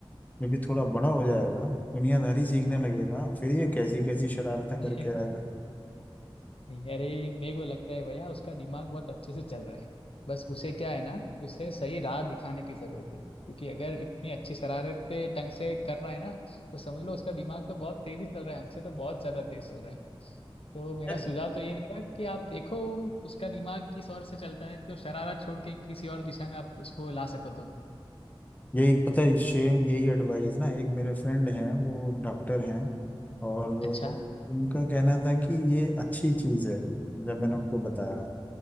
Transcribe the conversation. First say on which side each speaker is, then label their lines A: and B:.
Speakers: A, on the left; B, on the left.
A: जब ये थोड़ा बड़ा हो जाएगा दुनियादारी सीखने लगेगा फिर ये कैसी कैसी शरारतें
B: <laughs>
A: करके आएगा
B: नहीं, अरे मेरे को लगता है भैया उसका दिमाग बहुत अच्छे से चल रहा है बस उसे क्या है ना उसे सही राह दिखाने की जरूरत है क्योंकि अगर इतनी अच्छी शरारतें ढंग से कर रहा है ना तो समझ लो उसका दिमाग तो बहुत तेजी चल रहा है हमसे तो बहुत ज्यादा तेज चल रहा है तो मेरा
A: यार
B: सुझाव तो ये रहेगा कि आप देखो उसका दिमाग किस ओर से चलता है तो शरारत छोड़ के किसी और दिशा में आप उसको ला सको तो
A: यही पता है सेम यही एडवाइस ना एक मेरे फ्रेंड हैं वो डॉक्टर हैं और
B: अच्छा
A: उन, उनका कहना था कि ये अच्छी चीज़ है जब मैंने उनको बताया